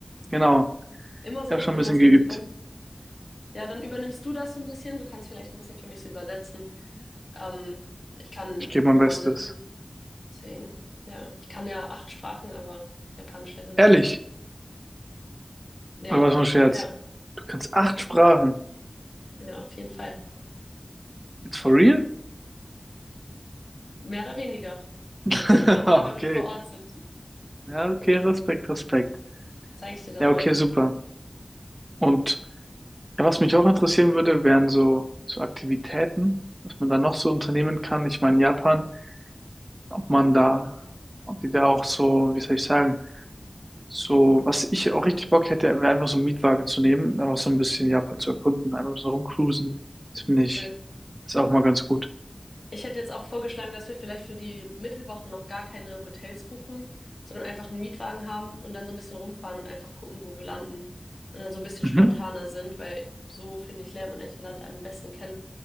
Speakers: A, on the right (about 35°); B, on the left (about 85°).
A: Genau.
B: Immer so,
A: Ich habe schon
B: immer
A: ein bisschen
B: so
A: geübt.
B: die Hände falten. Ja, dann übernimmst du das so ein bisschen. Du kannst vielleicht ein bisschen für mich so übersetzen. Ähm, ich kann
A: Ich gebe
B: nur
A: mein Bestes.
B: Mandarin. Deswegen, ja. Ich kann ja acht Sprachen, aber Japanisch leider noch
A: Ehrlich?
B: nicht. Ja,
A: Oder was für ein Scherz?
B: ja, ja.
A: Du kannst acht Sprachen.
B: Ja, auf jeden Fall.
A: It's for real?
B: Mehr oder weniger.
A: <laughs>
B: Sehen wir dann da, wenn
A: Okay.
B: wir vor Ort sind.
A: Ja, okay, Respekt, Respekt.
B: Zeige ich dir dann
A: Ja,
B: mal.
A: okay, super. Und ja, was mich auch interessieren würde, wären so, so Aktivitäten, was man da noch so unternehmen kann. Ich meine, Japan, ob man da,
B: Ja.
A: ob die da auch so, wie soll ich sagen, So, was ich auch richtig Bock hätte, wäre einfach so einen Mietwagen zu nehmen, einfach so ein bisschen Japan zu erkunden, einfach so rumcruisen. Das finde ich,
B: Cool.
A: ist auch mal ganz gut.
B: Ich hätte jetzt auch vorgeschlagen, dass wir vielleicht für die Mittelwochen noch gar keine Hotels buchen, sondern einfach einen Mietwagen haben und dann so ein bisschen rumfahren und einfach gucken, wo wir landen. Und dann so ein bisschen
A: Mhm.
B: spontaner sind, weil so, finde ich, lernt man eigentlich ein Land am besten kennen.